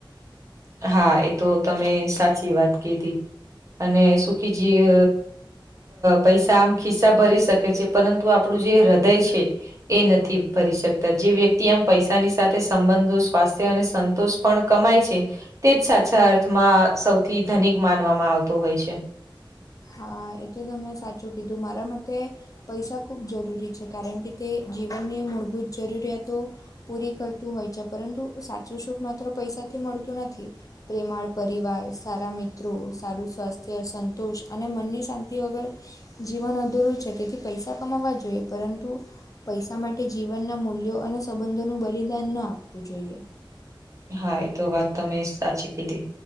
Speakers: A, on the right; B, on the left.
A: હા એ તો તમે સાચી વાત કીધી અને સુખી જી પૈસા આમ ખિસ્સા ભરી શકે છે પરંતુ આપડુ જે હૃદય છે એ નથી ભરી શક તા જે વ્યક્તિ એમ પૈસાની સાથે સંબંધો સ્વાસ્થ્ય અને સંતોષ પણ કમાય છે તે જ સાચા અર્થમાં સૌથી ધનિક માનવામાં આવતો હોય છે.
B: હા એ તો તમેં સાચું કીધું મારા મતે પૈસા ખૂબ જરૂરી છે કારણ કે તે જીવનની મૂળભૂત જરૂરિયાતો પૂરી કરતું હોય છે પરંતુ સાચું સુખ માત્ર પૈસાથી મળતું નથી. પ્રેમાળ પરિવાર સારા મિત્રો સારું સ્વાસ્થ્ય સંતોષ અને મનની શાંતિ વગર જીવન અધૂરું છે તેથી પૈસા કમાવા જોઈએ પરંતુ પૈસા માટે જીવનના મૂલ્યો સંબંધોનું બલિદાન ન આપવું જોઈએ.
A: હા એ તો વાત તમે સાચી કીધી.